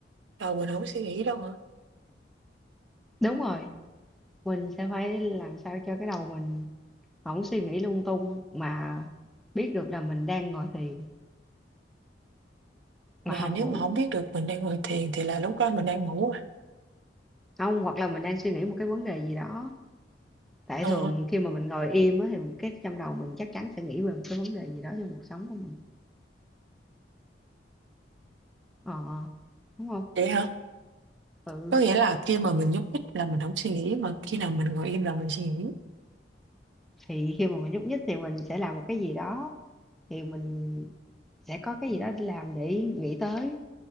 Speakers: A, on the right (about 80°); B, in the centre.
A: đầu mình không có suy nghĩ đâu hả
B: đúng rồi mình sẽ phải làm sao cho cái đầu mình không suy nghĩ lung tung mà biết được là mình đang ngồi thiền mà
A: Và
B: không
A: nếu
B: ngủ
A: mà không biết được mình đang ngồi thiền thì là lúc đó mình đang ngủ rồi.
B: không hoặc là mình đang suy nghĩ một cái vấn đề gì đó tại
A: Ờ,
B: thường khi mà mình ngồi im á thì cái trong đầu mình chắc chắn sẽ nghĩ về một cái vấn đề gì đó trong cuộc sống của mình ờ đúng không
A: vậy hả?
B: ừ
A: Có nghĩa là khi mà mình nhúc nhích là mình không suy nghĩ, mà khi nào mình ngồi im là mình suy nghĩ.
B: thì khi mà mình nhúc nhích thì mình sẽ làm một cái gì đó thì mình sẽ có cái gì đó để làm để nghĩ tới